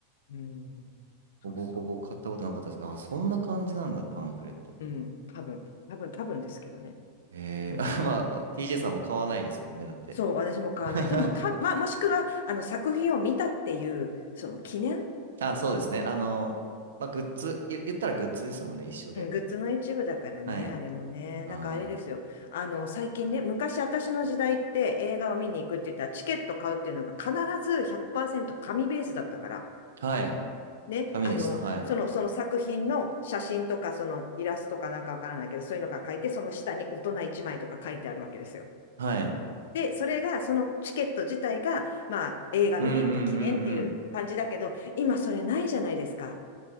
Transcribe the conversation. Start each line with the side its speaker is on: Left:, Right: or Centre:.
Left: うん。そうそ
Right: ほぼほぼ買ったことなかったですあ、そんな感じなんだ、パンフレットって。
Left: う。うん。多分、多分、多分ですけどね。
Right: ええあ、
Left: うん。
Right: <laughs> まあ、TJ さんも買わないですもんね、だって。
Left: そう、私も買わない。
Right: <laughs>
Left: でも、た、まあ、もしくは、あの、作品を見たっていう、その記念、
Right: あ、そうですね。あの、まあ、グッズ、ゆ言ったらグッズですもんね、一緒で。
Left: うん、グッズの一部だからね、
Right: はい。
Left: あれもね。
Right: あ
Left: なんかあれですよ。あの、最近ね、昔私の時代って映画を見に行くって言ったら、チケット買うっていうのが必ず100%紙ベースだったから。
Right: ー、はい。
Left: ね、
Right: 紙でした、
Left: あの、
Right: はい。
Left: その、その作品の写真とか、そのイラストかなんかわからないけど、そういうのが書いて、その下に大人1枚とか書いてあるわけですよ。
Right: はい。
Left: で、それが、そのチケット自体が、まあ、映画見に行った記念っていう感じだけど、
Right: うんうんうんうん。
Left: 今それないじゃないですか。